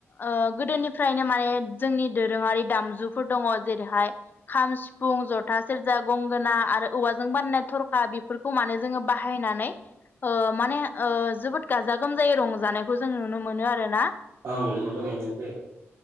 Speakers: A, on the left; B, on the right.
A: ओ गोदोनिफ्रायनो माने जोंनि दोरोङारि दामजुफोर दङ जेरैहाय खाम, सिफुं, जथा, सेरजा, गंगोना आरो औवाजों बाननाय थरखा फोरखौ माने जोङो बाहायनानै ओ माने ओ जोबोद गाजा गोमजायै रंजानायखौ जों नुनो मोनो आरो ना।
B: औ नुनो मोननाय जायो।